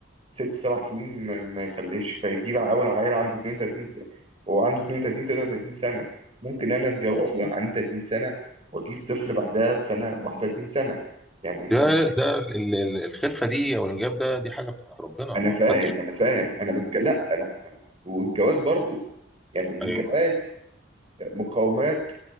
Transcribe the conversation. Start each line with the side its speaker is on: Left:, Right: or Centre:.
Right: ست سبع سنين ما, ما يخلفش فيجيب أول عيل عنده 32 سنة هو عنده 32 33 سنة ممكن أنا أتجوز وأنا عندي 30 سنة وأجيب طفل بعدها بسنة ب 31 سنة يعني
Centre: ده
Right: ال-
Centre: ده ال- ال- الخلفه دي او الانجاب ده دي حاجه بتاعت ربنا
Right: أنا
Centre: ما
Right: فاهم
Centre: حدش
Right: أنا فاهم أنا بتك... لا لا أنا والجواز برضو يعني الجواز
Centre: ايوه
Right: مقاومات